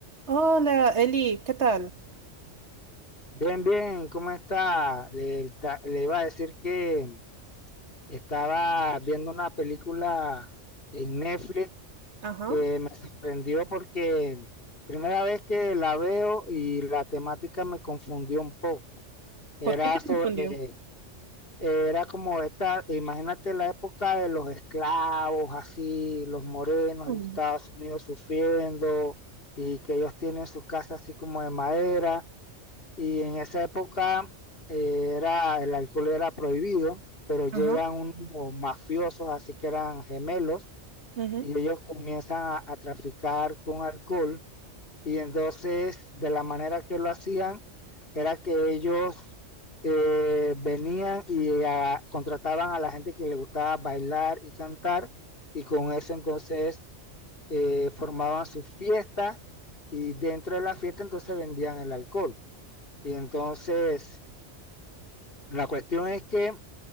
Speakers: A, on the right; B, on the left.
A: Hola, Eli, ¿qué tal?
B: Bien, bien, ¿cómo está? Le, ta- le iba a decir que estaba viendo una película en Netflix
A: Ajá.
B: que me sorprendió porque primera vez que la veo y la temática me confundió un poco. Era
A: ¿Por qué te
B: sobre,
A: confundió?
B: era como esta, imagínate la época de los esclavos, así, los morenos
A: Mm.
B: en Estados Unidos sufriendo y que ellos tienen sus casas así como de madera. Y en esa época eh, era, el alcohol era prohibido, pero llegan
A: Ajá.
B: unos mafiosos, así que eran gemelos,
A: ujú.
B: y ellos comienzan a, a traficar con alcohol. Y entonces, de la manera que lo hacían, era que ellos eh, venían y ah, contrataban a la gente que le gustaba bailar y cantar, y con eso entonces eh, formaban sus fiestas, y dentro de la fiesta entonces vendían el alcohol. Y entonces la cuestión es que